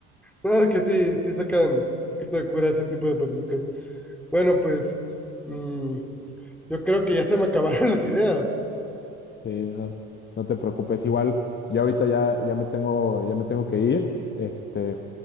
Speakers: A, in the centre; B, on the left.
A: No, es que sí, sí sacan un poquito de cura ese tipo de políticos. Bueno, pues mm, yo creo que ya se me acabaron <laughs> las ideas.
B: Sí, no, no te preocupes. Igual, yo ahorita ya, ya me tengo, ya me tengo que ir. Este,